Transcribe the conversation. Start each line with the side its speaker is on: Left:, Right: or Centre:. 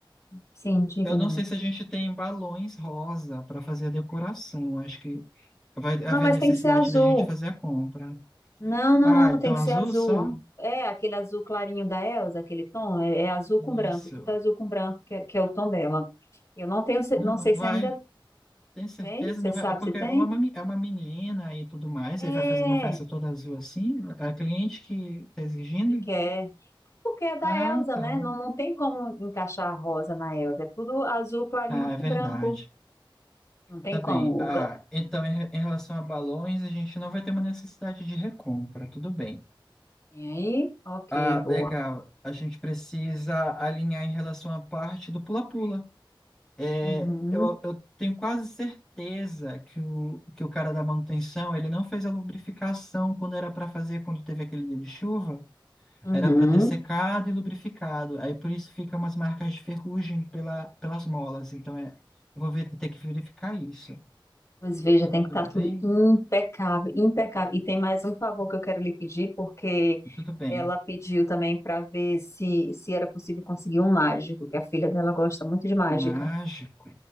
Left: Sim, diga,
Centre: eu não
Left: meu amor.
Centre: sei se a gente tem balões rosa para fazer a decoração. Acho que vai haver
Left: Não, mas
Centre: necessidade
Left: tem que ser azul.
Centre: da gente fazer a compra.
Left: Não, não,
Centre: Ah,
Left: não,
Centre: então
Left: tem
Centre: azul
Left: que ser azul.
Centre: só?
Left: É aquele azul clarinho da Elsa, aquele tom. É, é azul com branco,
Centre: Isso.
Left: tudo azul com branco, que, é que é o tom dela. Eu não tenho, ce-
Centre: Não,
Left: não
Centre: não
Left: sei
Centre: vai,
Left: se ainda
Centre: tem certeza?
Left: tem. Você
Centre: Não vai.
Left: sabe
Centre: É porque
Left: se tem?
Centre: é uma, me- é uma menina e tudo mais,
Left: É,
Centre: aí vai fazer uma festa toda azul assim? É a cliente que está exigindo?
Left: e quer. Porque é da
Centre: Ah,
Left: Elsa,
Centre: tá.
Left: né? Não, não tem como encaixar a rosa na Elsa. É tudo azul clarinho
Centre: Ah,
Left: com
Centre: é verdade.
Left: branco. Não tem
Centre: Tá bem.
Left: como.
Centre: Ah,
Left: O ga-
Centre: então em, re- em relação a balões, a gente não vai ter uma necessidade de recompra, tudo bem.
Left: Vem aí? Ok,
Centre: Ah,
Left: boa.
Centre: legal. A gente precisa alinhar em relação à parte do pula-pula. É,
Left: Uhum,
Centre: Eu, eu tenho quase certeza que o, que o cara da manutenção, ele não fez a lubrificação quando era para fazer, quando teve aquele dia de chuva.
Left: uhum.
Centre: Era para ter secado e lubrificado. Aí por isso fica umas marcas de ferrugem pela, pelas molas. Então é, eu vou ver- ter que verificar isso.
Left: Pois veja, tem que
Centre: Tudo
Left: estar
Centre: bem?
Left: tudo impecável, impecável. E tem mais um favor que eu quero lhe pedir, porque
Centre: Tudo bem.
Left: ela pediu também para ver se, se era possível conseguir um mágico, que a filha dela gosta muito de mágica.
Centre: Mágico.